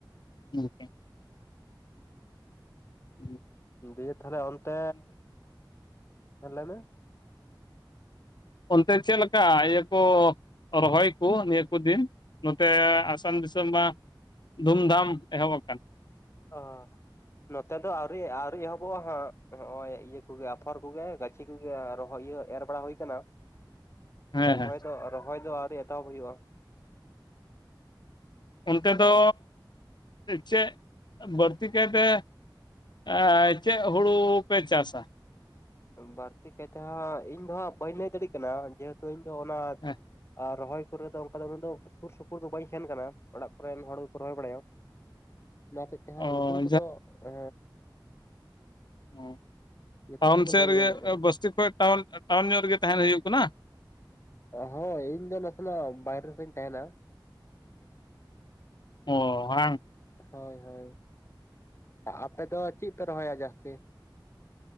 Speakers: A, on the left; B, on the left.
A: <unintelligible> ᱦᱩᱸ᱾
B: ᱫᱤᱭᱟᱹ ᱛᱟᱦᱚᱞᱮ ᱚᱱᱛᱮ ᱦᱮᱸ ᱞᱟᱹᱭ ᱢᱮ?
A: ᱚᱱᱛᱮ ᱪᱮᱫ ᱞᱮᱠᱟ ᱤᱭᱟᱹ ᱠᱚ, ᱨᱚᱦᱚᱭ ᱱᱤᱭᱟᱹ ᱠᱚ ᱫᱤᱱ ᱱᱚᱛᱮ ᱟᱥᱟᱢ ᱫᱤᱥᱚᱢ ᱢᱟ, ᱫᱷᱩᱢᱫᱷᱟᱢ ᱮᱦᱚᱵ ᱟᱠᱟᱱ᱾
B: ᱚ ᱱᱚᱛᱮ ᱫᱚ ᱟᱹᱣᱨᱤ ᱟᱹᱣᱨᱤ ᱮᱦᱚᱵᱚᱜᱼᱟ ᱦᱟᱸᱜ ᱱᱚᱜᱼᱚᱭ ᱤᱭᱟᱹ ᱠᱚᱜᱮ ᱟᱯᱷᱚᱨ ᱠᱚᱜᱮ ᱜᱟᱪ ᱜᱟᱹᱪᱷᱤ ᱠᱚᱜᱮ ᱟᱨ ᱨᱚᱦᱚᱭ ᱤᱭᱟᱹ ᱮᱨ ᱵᱟᱲᱟ ᱦᱳᱭ ᱠᱟᱱᱟ᱾
A: ᱦᱮᱸ
B: ᱨᱚᱦᱚᱭ
A: ᱦᱮᱸ
B: ᱫᱚ ᱨᱚᱦᱚᱭ ᱫᱚ ᱟᱹᱣᱨᱤ ᱮᱛᱚᱦᱚᱵ ᱦᱩᱭᱩᱜᱼᱟ?
A: ᱚᱱᱛᱮ
B: ᱦᱮᱸ,
A: ᱫᱚ ᱪᱮᱜ ᱵᱟᱹᱲᱛᱤ ᱠᱟᱭᱛᱮ, ᱮᱸ ᱪᱮᱜ ᱦᱳᱲᱳ ᱯᱮ ᱪᱟᱥᱟ?
B: ᱵᱟᱹᱲᱛᱤ ᱠᱟᱭᱛᱮ ᱦᱟᱸᱜ ᱤᱧ ᱫᱚ ᱦᱟᱸᱜ ᱵᱟᱹᱧ ᱞᱟᱹᱭ ᱫᱟᱲᱮᱭᱟᱜ ᱠᱟᱱᱟ ᱡᱮᱦᱮ ᱛᱚ ᱤᱧ ᱫᱚ ᱚᱱᱟ
A: ᱦᱮᱸ
B: ᱟ ᱨᱚᱦᱚᱭ, ᱠᱚᱨᱮ ᱫᱚ ᱚᱱᱠᱟ ᱫᱚ ᱢᱮᱱ ᱫᱚ ᱥᱩᱨ ᱥᱩᱯᱩᱨ ᱫᱚ ᱵᱟᱹᱧ ᱥᱮᱱ ᱠᱟᱱᱟ ᱚᱲᱟᱜ ᱠᱚᱨᱮᱱ ᱦᱚᱲ ᱜᱮᱠᱚ ᱨᱚᱦᱚᱭ ᱵᱟᱲᱟᱭᱟ᱾ ᱚᱱᱟ ᱦᱚᱛᱮᱪ ᱛᱮ ᱦᱟᱸᱜ
A: ᱚ
B: ᱧᱩᱛᱩᱢ ᱠᱚᱫᱚ ᱮᱻ,
A: ᱚ
B: ᱧᱩᱛᱩᱢ
A: ᱵᱟᱢ
B: ᱠᱚᱫᱚ
A: ᱫᱤᱥᱟᱹᱭ
B: ᱵᱟᱹᱧ
A: ᱮᱫ ᱨᱮᱜᱮ
B: ᱞᱟᱹᱭ ᱫᱟᱲᱮᱭᱟᱜ ᱠᱟᱱᱟ
A: ᱵᱟᱥᱛᱤ ᱠᱷᱚᱱ ᱴᱟᱣᱩᱱ ᱴᱟᱣᱩᱱ ᱧᱚᱜ ᱨᱮᱜᱮ ᱛᱟᱦᱮᱱ ᱦᱩᱭᱩᱜ ᱠᱟᱱᱟ?
B: ᱦᱮᱸ ᱤᱧ ᱫᱚ ᱱᱟᱥᱮᱱᱟᱜ ᱵᱟᱭᱨᱮ ᱨᱮᱧ ᱛᱟᱦᱮᱱᱟ᱾
A: ᱚ ᱵᱟᱝ
B: ᱦᱳᱭ ᱦᱳᱭ᱾ ᱟᱯᱮ ᱫᱚ ᱪᱮᱫ ᱯᱮ ᱨᱚᱦᱚᱭᱟ ᱡᱟᱹᱥᱛᱤ?